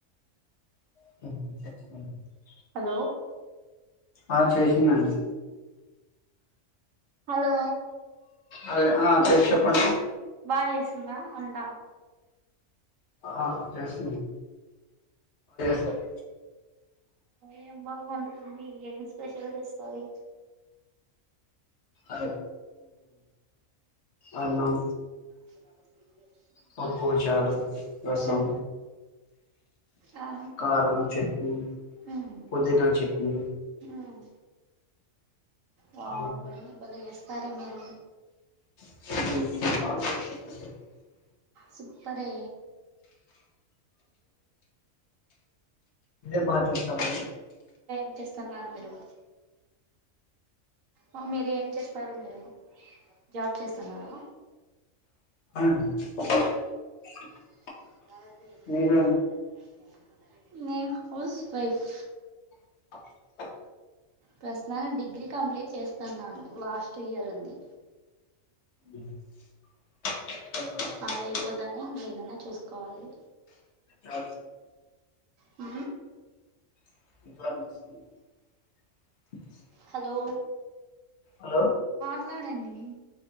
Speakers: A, on the left; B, on the right.
A: <inaudible>
B: హలో
A: ఆ చేసిందండి
B: హలో
A: అదే ఆ చెప్పండి
B: బాగ చేసిందా వంట
A: ఆ జ ఎస్ స <inaudible>
B: ఏం బాగొండుతుంది ఏం స్పెషల్ చేస్తాది
A: అ అన్నం
B: <inaudible>
A: పప్పు చారు రసం
B: ఉమ్ ఆ
A: కారం చట్నీ
B: ఉమ్
A: పుదీనా చట్నీ
B: ఉమ్ వావ్
A: ఆ
B: అన్ని బలే చేస్తారే మీరు
A: <inaudible>
B: సుప్పరే
A: బాగా చేస్తారండి
B: <inaudible> మిరు <inaudible> ఒ మీరు ఏం చేస్తారు మీరు జాబ్ చేస్తున్నారా
A: <inaudible>
B: <unintelligible>
A: మీరు
B: నేన్ హౌస్ వైఫ్
A: <inaudible>
B: ప్రస్తుతానికి డిగ్రీ కంప్లీట్ చేస్తున్నాను లాస్ట్ ఇయర్ ఉంది
A: <unintelligible> అండి
B: అదయిపోతానె ఏదన్నా చూసుకోవాలి
A: అ
B: మ
A: <inaudible>
B: హలో
A: హలో
B: మాట్లాడండి